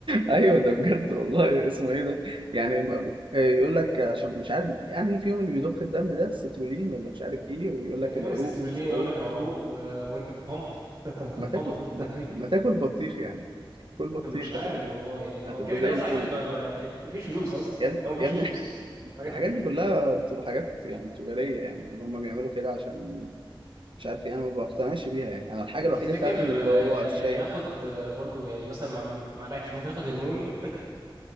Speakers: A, on the right; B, on the right.
A: ايوه ده بجد والله اسمه ايه ده يعني ب- ب- يقول لك عشان مش عارف يعني فيهم اللي بيضخ الدم ده السترولين ولا مش عارف ايه ويقول
B: تقريبا
A: لك العروق
B: السيترولين
A: ومش العروق
B: يقول لك العروق و... وانت بامب <laughs> تحت
A: ما
B: البامب
A: تاكل
B: في الدم
A: ما, ما تاكل بطيخ يعني كل بطيخ
B: مش عارف
A: هتبقى زي
B: والله يعني
A: هتبقى
B: هو كده كده
A: زي
B: اصلا
A: الفل
B: حاجات بتبقى بقى- يعني مفيش فلوس اصلا
A: يعني
B: يعني هو مفيش
A: يعني
B: فلوس
A: <laughs>
B: <laughs> الحاجات
A: الحاجات
B: دي
A: دي كلها بتبقى حاجات يعني تجارية يعني اللي هم بيعملوا كده عشان مش عارف ايه انا ما بقتنعش بيها يعني انا الحاجه
B: طب
A: الوحيده
B: تفتكر
A: فعلا اللي
B: آه،
A: هو شيء
B: يعني اخد آه، برضو يعني مثلا مع الم- مع الاكل ممكن اخد هرمون